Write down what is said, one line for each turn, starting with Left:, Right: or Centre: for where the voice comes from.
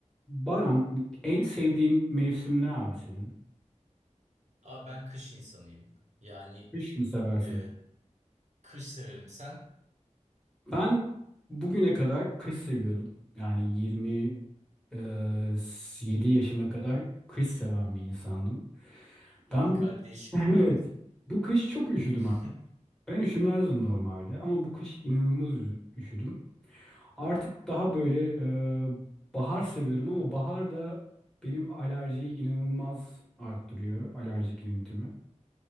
Centre: Baran, en sevdiğin mevsim ne abi senin?
Right: Abi ben kış insanıyım. Yani
Centre: Kış mı seversin?
Right: e, kış severim. Sen
Centre: Ben bugüne kadar kış seviyordum. Yani 27 yaşıma kadar kış seven bir insandım. Ben
Right: radikal
Centre: bu
Right: bir değişiklik
Centre: <laughs> evet
Right: mi yaptın?
Centre: bu kış çok üşüdüm
Right: <laughs>
Centre: abi. Ben üşümezdim normalde ama bu kış inanılmaz ü- üşüdüm. Artık daha böyle e, bahar seviyorum ama bahar da benim alerjiyi inanılmaz arttırıyor. Alerjik rinitimi.